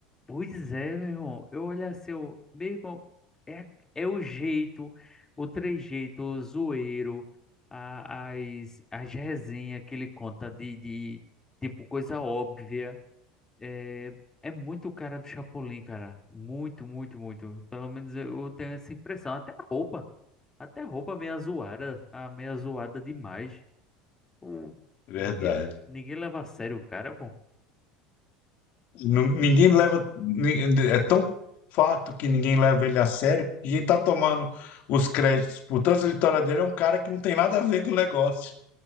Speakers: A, on the left; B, on the left.
A: Pois é, meu irmão. Eu olho assim, eu, meu irmão, é, a- é o jeito, o trejeito, o zoeiro, a, as, as resenhas que ele conta de, de tipo, coisa óbvia. É, é muito o cara do Chapolin, cara. Muito, muito, muito. Pelo menos eu, eu tenho essa impressão. Até a roupa, até a roupa meia zoada, a meia zoada demais. Hum.
B: Verdade.
A: Ninguém, ninguém leva a sério o cara, pô.
B: Não- ninguém leva. ni- É tão fato que ninguém leva ele a sério que quem tá tomando os créditos por tanta vitória dele é um cara que não tem nada a ver com o negócio.